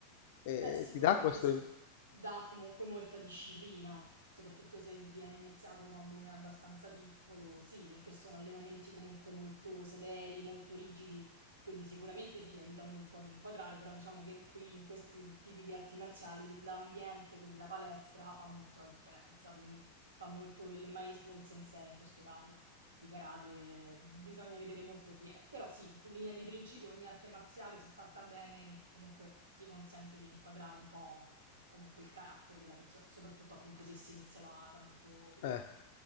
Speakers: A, on the left; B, on the right.
A: Eh,
B: Beh, sicuramente
A: ti dà questo,
B: sì, dà comunque molta disciplina, soprattutto se viene iniziato quando uno è abbastanza piccolo. Sì, perché sono allenamenti comunque molto severi, molto rigidi, quindi sicuramente sì, aiuta molto ad inquadrare, però diciamo che qui in questi tipi di arti marziali l'ambiente, quindi la palestra, fa molto la differenza, quindi fa molto il maestro o il sensei in questo caso di karate, bisogna vedere molto chi è, però sì, in linea di principio ogni arte marziale, se fatta bene, comunque ti consente di inquadrare un po' comunque il carattere della persona, soprattutto appunto se si inizia da, da molto piccoli.
A: Eh,